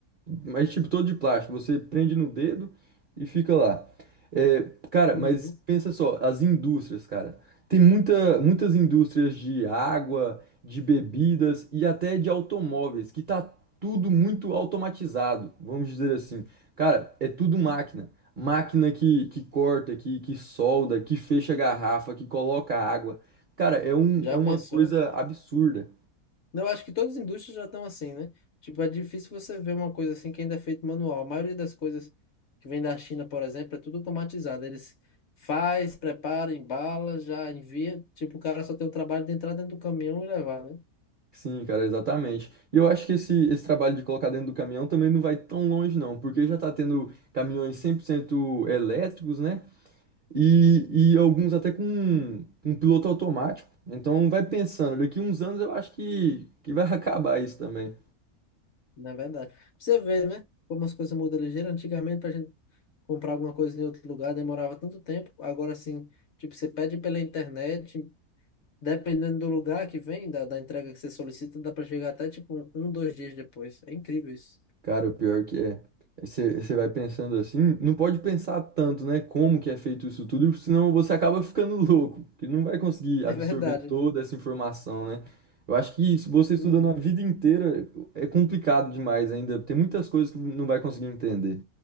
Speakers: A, on the right (about 55°); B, on the left (about 60°).
A: Mas, tipo, todo de plástico. Você prende no dedo e fica lá. É, cara,
B: Uhum.
A: mas pensa só, as indústrias, cara. Tem muita, muitas indústrias de água, de bebidas e até de automóveis, que tá tudo muito automatizado, vamos dizer assim. Cara, é tudo máquina. Máquina que, que corta, que, que solda, que fecha a garrafa, que coloca água. Cara, é um,
B: Já
A: é uma
B: pensou?
A: coisa absurda.
B: Eu acho que todas as indústrias já estão assim, né? Tipo, é difícil você ver uma coisa assim que ainda é feito manual. A maioria das coisas que vem da China, por exemplo, é tudo automatizado. Eles faz, prepara, embala, já envia. Tipo, o cara só tem o trabalho de entrar dentro do caminhão e levar, né?
A: Sim, cara, exatamente. E eu acho que esse, esse trabalho de colocar dentro do caminhão também não vai tão longe, não, porque já tá tendo caminhões 100% elétricos, né? E, e alguns até com um piloto automático. Então vai pensando, daqui uns anos eu acho que, que vai <laughs> acabar isso também.
B: Na verdade. Pra Você vê, né? Como as coisas mudam ligeiro. Antigamente, pra gente comprar alguma coisa em outro lugar, demorava tanto tempo. Agora, assim, tipo, você pede pela internet, dependendo do lugar que vem, da, da entrega que você solicita, dá pra chegar até, tipo, um, dois dias depois. É incrível isso.
A: Cara, o pior que é. Aí Você você vai pensando assim, não pode pensar tanto, né? Como que é feito isso tudo, senão você acaba ficando <laughs> louco, que não vai conseguir absorver
B: É verdade.
A: toda essa informação, né? Eu acho que se você estudando
B: Uhum.
A: a vida inteira, é complicado demais ainda. Tem muitas coisas que não vai conseguir entender.